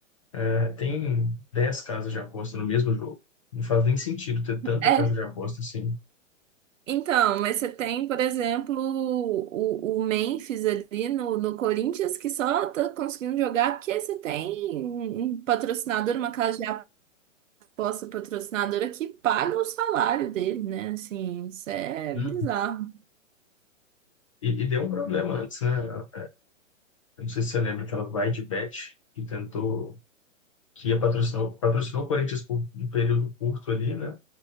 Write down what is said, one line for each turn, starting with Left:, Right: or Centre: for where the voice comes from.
Left: é, tem 10 casas de aposta no mesmo jogo. Não faz nem sentido ter tanta
Right: É,
Left: casa de aposta assim.
Right: então, mas você tem, por exemplo, o, o Memphis ali no, no Corinthians que só tá conseguindo jogar porque você tem um um patrocinador, uma casa de Posso patrocinadora que paga o salário dele, né? Assim, isso é
Left: Uhum.
Right: bizarro.
Left: E, e deu um problema antes, né? Eu Não sei se você lembra, aquela Bydbet, que tentou que ia patrocinar, o- patrocinou o Corinthians por um período curto ali, né?